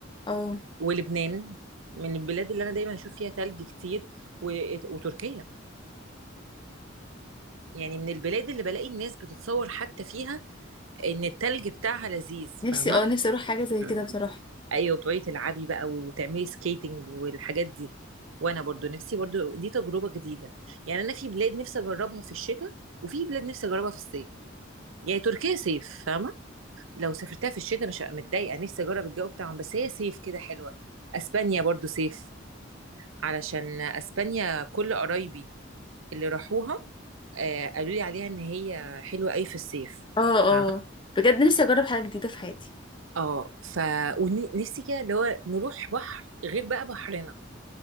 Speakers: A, on the left; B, on the right.
A: اه
B: ولبنان من البلاد اللي انا دايما اشوف فيها تلج كتير و... وتركيا يعني من البلاد اللي بلاقي الناس بتتصور حتى فيها ان التلج بتاعها لذيذ
A: نفسي
B: فاهمه
A: اه نفسي اروح حاجة زي
B: مم.
A: كده بصراحة
B: ايوه وتقعدي تلعبي بقى وتعملي سكيتنج والحاجات دي وانا برضو نفسي برضو دي تجربه جديده يعني انا في بلاد نفسي اجربها في الشتاء وفي بلاد نفسي اجربها في الصيف يعني تركيا صيف فاهمه لو سافرتها في الشتاء مش هبقى متضايقه نفسي اجرب الجو بتاعهم بس هي صيف كده حلوه اسبانيا برضو صيف علشان اسبانيا كل قرايبي اللي راحوها آه قالوا لي عليها ان هي حلوه قوي في الصيف
A: اه اه
B: فاهمه؟
A: بجد نفسي اجرب حاجه جديده في حياتي
B: اه ف ونفسي كده اللي هو نروح بحر غير بقى بحرنا